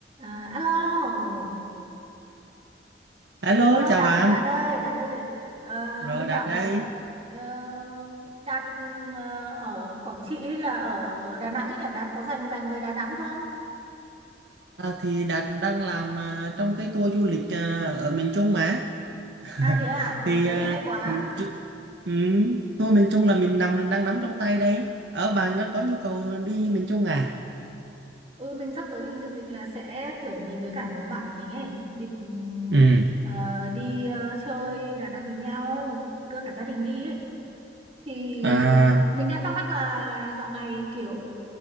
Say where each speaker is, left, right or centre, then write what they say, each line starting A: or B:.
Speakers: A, on the right (about 35°); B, on the right (about 75°).
A: À, alo alo
B: Alo,
A: alo
B: chào
A: Đạt
B: bạn.
A: Đạt ơi Đạt ơi Ờ,
B: Rồi
A: mình
B: Đạt
A: bảo này
B: đây.
A: ờ, Đạt ừ, ờ, ở Quảng Trị hay là ở Đà Nẵng ấy nhỉ Đạt có rành rành về Đà Nẵng không
B: À, thì Đạt đang làm à, trong cái tour du lịch à, ở miền Trung mà. <laughs>
A: à thế à ừ,
B: Thì
A: thế
B: à,
A: thì hay quá
B: ừm, chu- ừm, tour miền Trung là mình nằm đang nắm trong tay đây. Ở bạn có, có nhu cầu đi miền Trung à?
A: ừ mình sắp tới mình dự định là sẽ kiểu mình với cả nhóm bạn của mình ấy định
B: Ừ.
A: ờ, đi ờ, chơi Đà Nẵng với nhau đưa cả gia đình đi ấy. thì
B: À,
A: mình đang thắc mắc là là dạo này kiểu